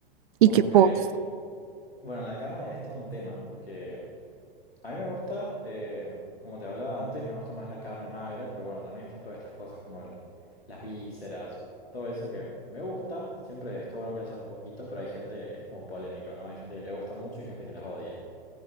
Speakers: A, on the right; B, on the left.
A: ¿Y
B: Ok,
A: qué postre?
B: bueno, la carne es todo un tema porque a mí me gusta, eh, como te hablaba antes, me gusta más la carne magra, pero bueno, también están todas estas cosas como el- las vísceras, todo eso que me gusta, siempre está bueno que haya un poquito, pero hay gente, es como polémico, ¿no? Hay gente que le gusta mucho y gente que las odia.